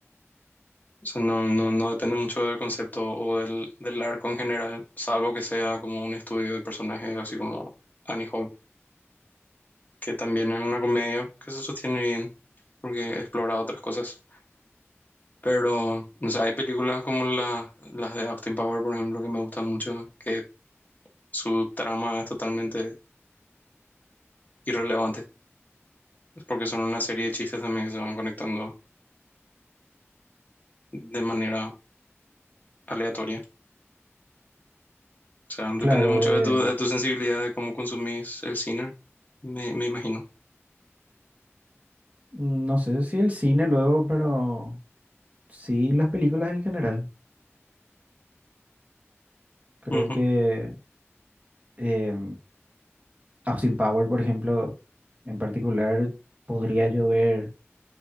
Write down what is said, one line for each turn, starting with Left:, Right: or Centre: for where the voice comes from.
Left: O sea, no, no, no depende mucho del concepto o del, del arco en general, salvo que sea como un estudio de personajes, así como Annie Hall, que también es una comedia que se sostiene bien porque explora otras cosas. Pero, o sea, hay películas como la- las de Austin Power, por ejemplo, que me gustan mucho, que su trama es totalmente irrelevante, Es porque son una serie de chistes también que se van conectando de manera aleatoria. O sea, depende
Right: Claro,
Left: mucho
Right: eh,
Left: de tu, de tu sensibilidad, de cómo consumís el cine, me me imagino.
Right: no sé si el cine luego, pero sí las películas en general. Creo
Left: Ujú,
Right: que eh, Austin Power, por ejemplo, en particular, podría yo ver